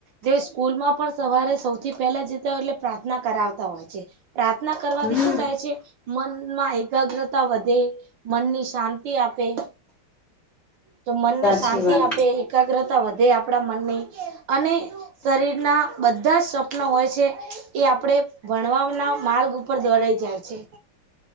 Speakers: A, on the right; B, on the left.
A: જે સ્કૂલમાં પણ સવારે સૌથી પહેલા જતા હોય એટલે પ્રાર્થના કરાવતા હોય છે. પ્રાર્થના કરવાથી
B: હમ
A: શું થાય છે? મનમાં એકાગ્રતા વધે મનની શાંતિ આપે તો મનને
B: સાચી
A: શાંતિ
B: વાત
A: આપે એકાગ્રતા વધે આપણા મનની અને શરીરના બધા જ સ્વપ્નો હોય છે એ આપડે ભણવાના માર્ગ ઉપર દોરાઈ જાય છે.